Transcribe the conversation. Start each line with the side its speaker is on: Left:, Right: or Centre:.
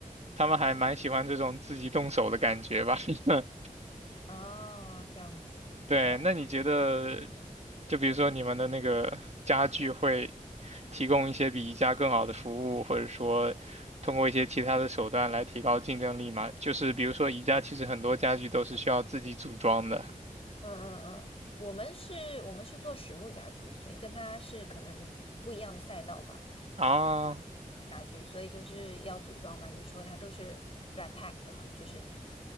Right: 他们还蛮喜欢这种自己动手的感觉吧。<laughs>
Left: 哦，这样子，
Right: 对，
Left: 对。
Right: 那你觉得，就比如说你们的那个家具会提供一些比宜家更好的服务，或者说通过一些其他的手段来提高竞争力吗？就是比如说宜家其实很多家具都是需要自己组装的
Left: 嗯嗯嗯，我们是，我们是做实木家具，所以跟他是可能不一样的赛道吧。
Right: 啊，
Left: 家具，所以就是要组装嘛。你说它都是 flat pack 的嘛，就是